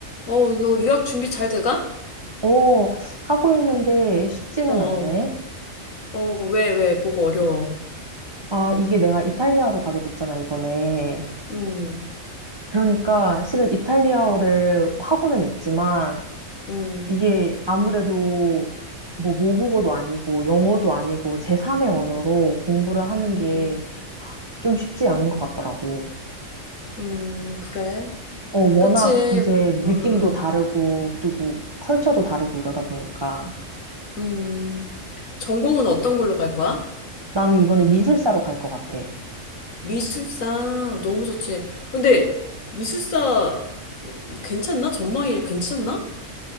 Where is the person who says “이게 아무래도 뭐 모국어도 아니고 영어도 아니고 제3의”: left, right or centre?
Right